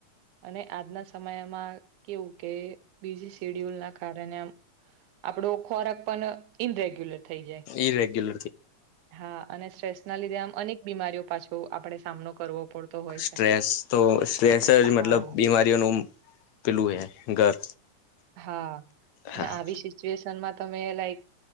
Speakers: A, on the right; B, on the left.
A: અને આજના સમયમાં કેવું કે બીજી શેડ્યુલ ના કારણે આપણો ખોરાક પણ ઇનરેગ્યુલર થઈ જાય.
B: એ ર ગેલ
A: હા અને સ્ટ્રેસ ના લીધે આમ અનેક બીમારીઓ પાછો આપડણે સામનો કરવો પડતો હોય
B: સ્ટ્રેસ
A: છે.
B: તો સ્ટ્રેસ
A: હા
B: જ મતલબ બીમારીઓનું પેલું હે ઘર.
A: હા,
B: હા
A: અને આવી સિચ્યુએશનમાં તમે લાઈક